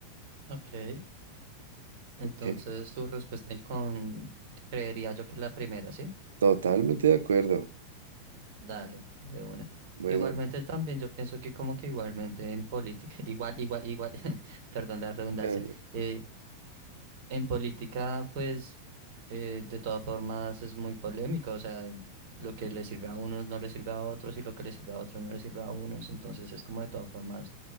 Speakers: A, on the right (about 45°); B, on the right (about 65°).
A: Ok. Entonces,
B: Ok,
A: tu respuesta ahí con, creería yo que es la primera, ¿sí?
B: Totalmente de acuerdo.
A: Dale, de una.
B: Bueno,
A: Igualmente también yo pienso que como que igualmente en política, <laughs> igual, igual, igual, <laughs> perdón la redundancia,
B: eh,
A: eh, En política, pues, eh, de todas formas es muy polémico, o sea, lo que le sirve a unos no le sirve a otros y lo que le sirve a otros no le sirve a unos, entonces es como de todas formas,